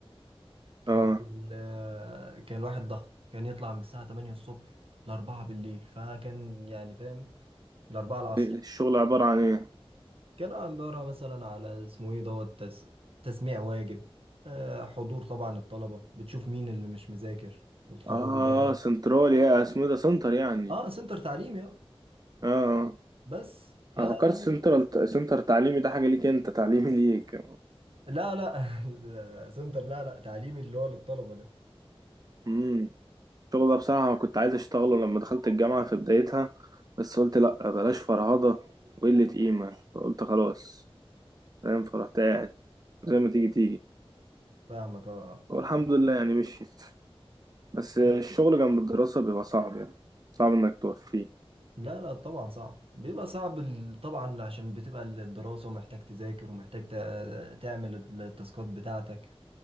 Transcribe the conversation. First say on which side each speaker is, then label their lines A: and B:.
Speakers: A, on the right; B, on the right.
A: كانت
B: اه
A: ال... كان الواحد ضغط كان يطلع من الساعة 8 الصبح ل 4 بالليل فكان يعني فاهم ل 4 العصر
B: الشغل عبارة عن ايه
A: كان عبارة مثلا على اسمه ايه دوت تس... تسميع واجب آه، حضور طبعا الطلبة بتشوف مين اللي مش مذاكر وتخرجه
B: اه
A: بره
B: سنترال يا اسمه إيه ده سنتر يعني
A: اه سنتر تعليمي اه
B: اه اه
A: بس آه.
B: انا فكرت
A: فيعني
B: سنترال سنتر تعليمي ده حاجة ليك انت تعليمي ليك
A: لا لا <laughs> السنتر لا لا تعليمي اللي هو للطلبة ده
B: امم الشغل ده بصراحة كنت عايز اشتغله لما دخلت الجامعة في بدايتها بس قلت لا بلاش فرهضة وقلة قيمة فقلت خلاص فاهم فرحت قاعد زي ما تيجي تيجي
A: فاهمك اه
B: والحمد لله يعني مشيت بس الشغل
A: آه.
B: جنب الدراسة بيبقى صعب يعني صعب انك توفيه
A: لا لا طبعا صعب بيبقى صعب ال- طبعا عشان بتبقى الدراسة ومحتاج تذاكر ومحتاج ت- تعمل التاسكات بتاعتك